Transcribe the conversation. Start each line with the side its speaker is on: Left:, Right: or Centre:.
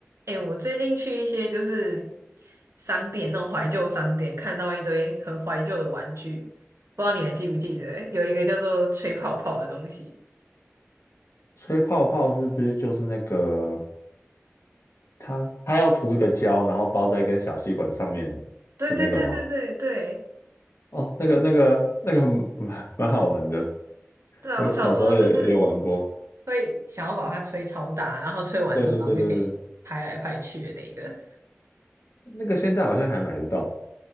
Right: 哎、我最近去一些就是商店，那种怀旧商店，看到一堆很怀旧的玩具，不知道你还记不记得？有一个叫做吹泡泡的东西。
Left: 吹泡泡是不是就是那个它它要涂一个胶，然后包在一根小吸管上面
Right: 对对对对对对
Left: 的那个吗？哦，那个那个那个 <laughs> 蛮蛮好玩的，
Right: 对啊！
Left: 我小时候也也有玩过。
Right: 我小时候就是会想要把它吹超大，然后吹完之后，
Left: 对对对对对，
Right: 然后就可以拍来拍去的那个。
Left: 那个现在好像还买得到。